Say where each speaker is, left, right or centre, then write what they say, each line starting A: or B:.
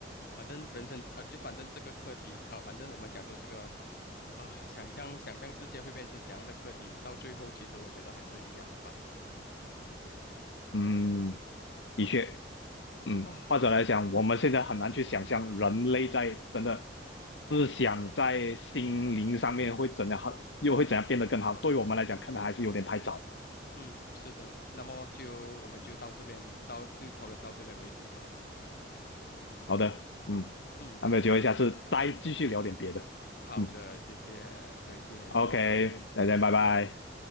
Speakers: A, on the left (about 55°); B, on the left (about 80°).
A: 反正人生啊、呃就反正这个课题啊、呃反正我们讲说这个啊、想象想象世界会变成怎样的课题，到最后其实我觉得还是一样吧。
B: 嗯，的确。嗯，
A: 啊，
B: 或者来讲，我们现在很难去想象人类在真的思想在心灵上面会怎样好，又会怎样变得更好。对于我们来讲，可能还是有点太早。
A: 嗯，是的，那么就我们就到这边，到就讨论到这边为止吧。
B: 好的，嗯，
A: 嗯，
B: 那么有机会下次再继续聊点别的。
A: 好的，
B: 嗯
A: 谢谢，再见。
B: ，OK，大家拜拜。